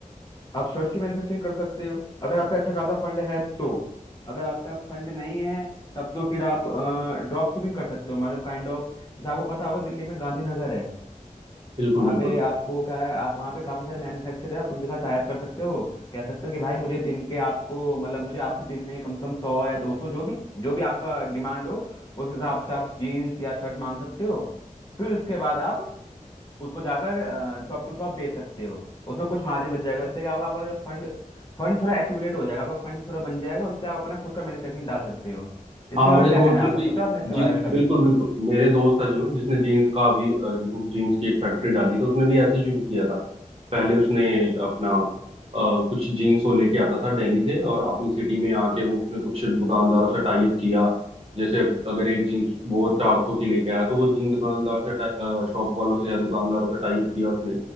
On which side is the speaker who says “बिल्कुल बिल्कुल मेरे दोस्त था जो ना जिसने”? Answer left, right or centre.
Right